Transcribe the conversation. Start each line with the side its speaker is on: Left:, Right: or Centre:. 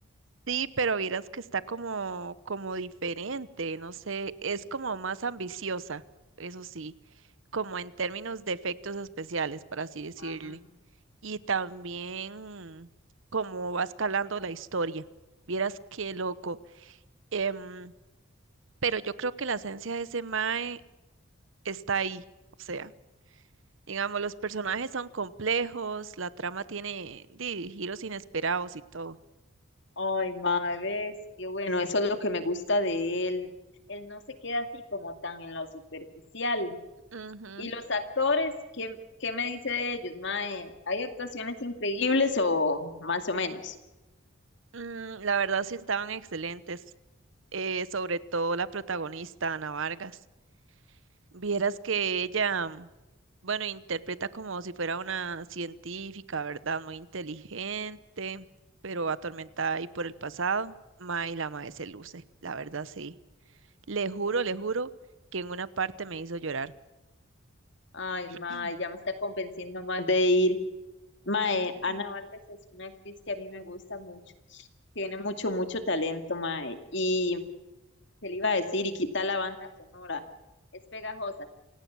Right: Sí, pero vieras que está como como diferente, no sé, es como más ambiciosa, eso sí. como en términos de efectos especiales, por así decirle,
Left: Mae.
Right: y también cómo va escalando la historia. Vieras qué loco. Em, pero yo creo que la esencia de ese mae está ahí. O sea, digamos, los personajes son complejos, la trama tiene di, giros inesperados y todo.
Left: Ay, mae, ves, qué bueno, eso es lo que me gusta de él. Él no se queda así como tan en lo superficial.
Right: Ujú.
Left: ¿Y los actores? ¿Qué, qué me dice de ellos, mae? ¿Hay actuaciones increíbles o más o menos?
Right: Mm, la verdad sí estaban excelentes, eh, sobre todo la protagonista, Ana Vargas. Vieras que ella, mm, bueno, interpreta como si fuera una científica, ¿verdad? Muy inteligente, pero atormentada ahí por el pasado. Ma, la mae se luce, la verdad sí. Le juro, le juro que en una parte me hizo llorar.
Left: Ay,
Right: <clears throat>
Left: mae, ya me está convenciendo más de ir. Mae,
Right: Mm,
Left: Ana Vargas es una actriz que a mí me gusta mucho. Tiene mucho, mucho talento, mae. Y, ¿qué le iba a decir? Y quita la banda sonora. Es pegajosa.